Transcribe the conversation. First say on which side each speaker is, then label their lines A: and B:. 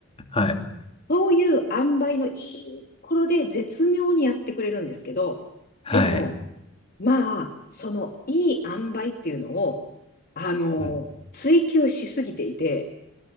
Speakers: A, on the left; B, on the left.
A: はい。
B: そういう塩梅のいいところで絶妙にやってくれるんですけど、
A: はい。
B: でも、まあ、そのいい塩梅っていうのを、あの、
A: うん。
B: 追求しすぎていて、